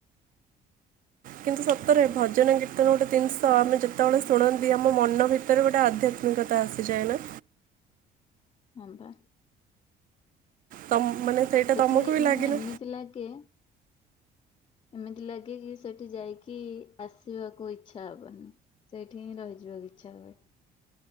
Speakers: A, on the right; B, on the left.
A: କିନ୍ତୁ ସତରେ ଭଜନ କୀର୍ତ୍ତନ ଗୋଟେ ଜିନିଷ ଆମେ ଯେତେବେଳେ ଶୁଣନ୍ତି ଆମ ମନ ଭିତ ତରେ ଗୋଟେ ଆଧ୍ୟାତ୍ମିକତା ଆସିଯାଏନା।
B: ହଁ ବା।
A: ତମ୍ ମାନେ ସେଇଟା
B: ସେଠି
A: ତମକୁ ବି ଲାଗେନା।
B: ମାନେ ଏମିତି ଲାଗେ। ଏମିତି ଲାଗେ କି ସେଠି ଯାଇକି ଆସିବାକୁ ଇଚ୍ଛା ହବନି। ସେଇଠି ହିଁ ରହିଯିବାକୁ ଇଚ୍ଛା ହୁଏ।